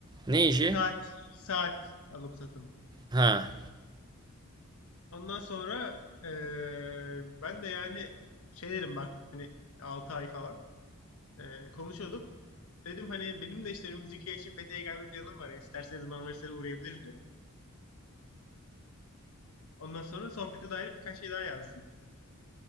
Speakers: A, on the right; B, on the left.
A: Ne işi?
B: Saat, saat alım satım.
A: Ha.
B: Ondan sonra eee, ben de yani şeylerim baktım hani 6 ay falan eee, konuşuyorduk. Dedim hani benim de işte müzikiye için Fethiye'ye gelme planım var. Yani isterseniz Marmaris'e uğrayabilirim dedim. Ondan sonra sohbete dair birkaç şey daha yazdım.